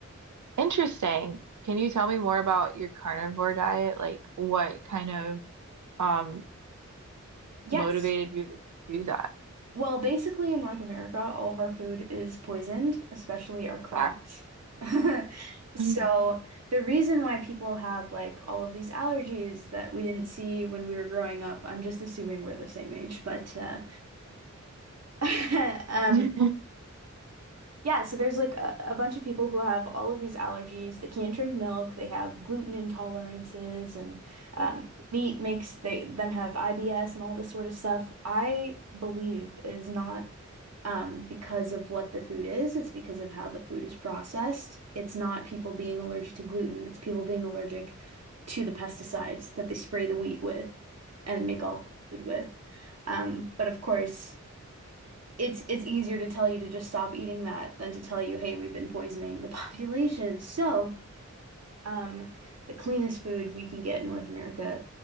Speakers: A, on the right; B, on the right.
A: Interesting. Can you tell me more about your carnivore diet? Like what kind of um
B: Yes.
A: motivated you to do that?
B: Well, basically in North America, all of our food is poisoned, especially our crops.
A: Facts.
B: <laughs> So
A: <laughs> hmm
B: the reason why people have like all of these allergies that we didn't see when we were growing up, I'm just assuming we're the same age, but uh, <laughs> um,
A: hmm
B: yeah, so there's like a, a bunch of people who have all of these allergies. They can't drink milk. They have gluten intolerances, and um, meat makes they them have IBS and all this sort of stuff. I believe it is not um, because of what the food is. It's because of how the food is processed. It's not people being allergic to gluten. It's people being allergic to the pesticides that they spray the wheat with and make all the food with. Um, but of course it's it's easier to tell you to just stop eating that than to tell you, hey, we've been poisoning the <laughs> population. So, um, the cleanest food we can get in North America